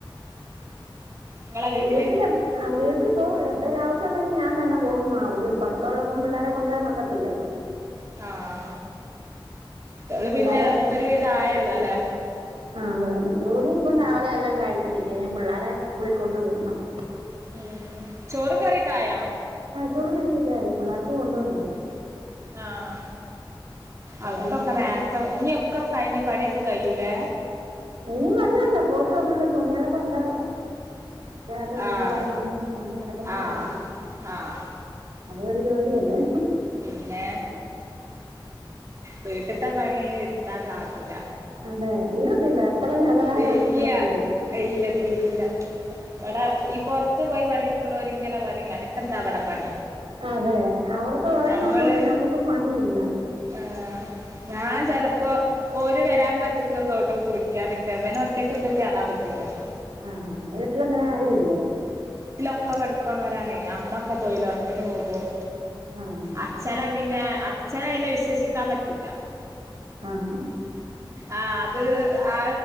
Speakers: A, on the right; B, on the right.
A: ഇങ്ങളെ
B: ഉ
A: വീട്ടില്
B: വീട്ടിലെ ആ വീട്ടിൽ പോ എന്തെലും ആവശ്യം ഉണ്ടെങ്കിൽ ഞാൻ തന്നെ പോ അവര് അടുത്തുള്ളപ്പം പിള്ളോരെ കൊണ്ടുവരാൻ നോക്കത്തില്ലല്ലോ
A: ആഹ ഇയാള്
B: പിള്ളേരെ
A: പിന്നെ
B: സ്കൂ-
A: ഒരുവിധം ആയല്ലോ അല്ലേ
B: ആ ജോലി ഇപ്പം രാവിലെ എല്ലാം കഴിഞ്ഞിരിക്ക പിള്ളേരെ സ്കൂളിൽ കൊണ്ട് വി വിടണം
A: ഉം ചോറും കറിയൊക്കെ ആയോ
B: ചോറും കറിയൊക്കെ ആയി പിള്ളേർക്ക് കൊണ്ടോണ്ടേ
A: ആഹ
B: ആ,
A: അതുകൊണ്ടൊക്കെ
B: പിന്നെ രാ-
A: നേരത്തെ ഇനിൊക്കെ കഴിഞ്ഞു പണിയ കൈയുലെ
B: ഇനി പണിയുണ്ട പോയിട്ട് വന്നത് തുണികളൊക്കെ ഉണ്ട അന്റെ തൂത്ത്
A: ആഹ്
B: വാരണം പണി കിടക്കുന്നോഒളു
A: ആഹ് ആഹ്
B: അതരു ജോലിയല്ലേ
A: പിന്നെ വീട്ടത്തെ പണി അയിന് എടുത്താ കാണില്ല
B: അതെ തീരത്തില്ല എത്ര ചെയ്താലും
A: ഇല്ല
B: അത് തീരത്തില്ല
A: ഇല്ല തീരുൂല ഇടെ ഈ പുറത്ത് അടുത്ത് പോയി പണിടുക്കണുംങ്ങനെ പറ എനക്ക എന്താവിടെ പണി
B: അതെ അവർക്ക് അവർ
A: നമ്മള്
B: നോക്കുന്ന നമുക്ക് പണിയില്ല
A: ആ ഞ ചിലപ്പോ ഓ വരാൻ കത്തക്കൊക്കെ വിട്ടെ കുളിക്കാനൊക്കെ അവന ഒറ്റക്ക ഇട്ട കയറാൻ പറ്റൂില്ലല്ലോ
B: ആഹ് ആഹ് ഇട്ട അങ്ങനെ ആരു ഇല്ലേ
A: ഒക്ക പണിക്കോണവരാണ് അമ്മൊക്കെ തൊഴിലുറപ്പിന് പോകും
B: ആ ഹാ
A: അച്ഛന പിന്നെ അച്ഛനെ പിന്നെ വിശ്വസിക്കാൻ പറ്റൂല്ല
B: ആ ഹാ
A: ആ അത് ആ